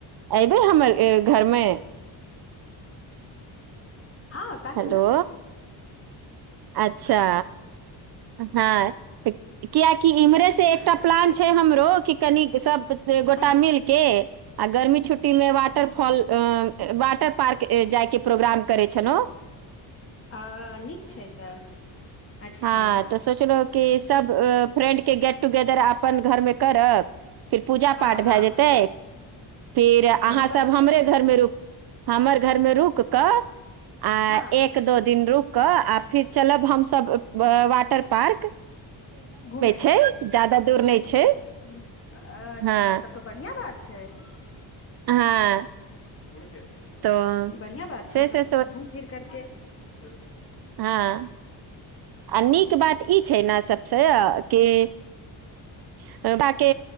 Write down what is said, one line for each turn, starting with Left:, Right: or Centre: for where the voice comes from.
Right: ऐबै हमर घरमे
Left: हँ काहे
Right: हेलो
Left: ना
Right: अच्छा हँ कियाकि इम्हरे सअ एकटा पलान छै हमरो कि कनि सभ गोटा
Left: हँ
Right: मिलके
Left: <inaudible>
Right: आ गर्मी छुट्टीमे वाटरफॉल अ, वाटर पार्क ए, जायके प्रोग्राम करै छलहुँ
Left: आ नीक छै तऽ अच्छा
Right: हँ तऽ सोचलहुँ कि सब फ्रेंड के गेट टुगेदर अपन घरमे करब फिर पूजा
Left: हँ
Right: पाठ भए
Left: हँ
Right: जेतै फिर अहाँ
Left: सही
Right: सब
Left: बात छै
Right: हमरे घरमे रु हमर घरमे रुक कऽ आ
Left: हँ
Right: एक दो दिन रुक कऽ आ फिर चलब हमसभ अ वाट् टर पार्क
Left: घुमे अच्छा
Right: छै ज्यादा दूर नहि छै हँ
Left: तब त बढ़िआ बात छै उड़
Right: हँ
Left: जा उड़ गया
Right: तऽ
Left: बढ़ियां बात
Right: से
Left: छै
Right: से
Left: सब घूम फिर करके एक दिन
Right: हाँ आ नीक बात ई छै छैय कि बाकि